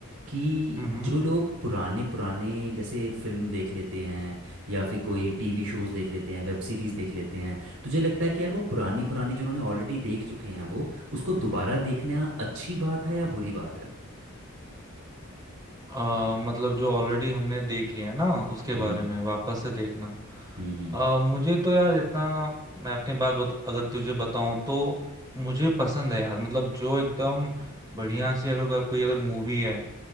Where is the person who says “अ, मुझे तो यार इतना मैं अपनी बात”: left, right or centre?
Right